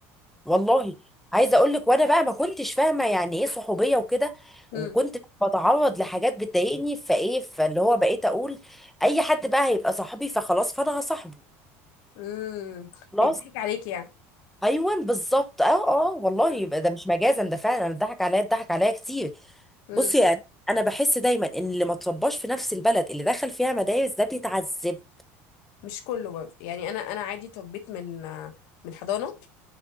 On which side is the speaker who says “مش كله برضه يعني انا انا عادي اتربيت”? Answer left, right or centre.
Left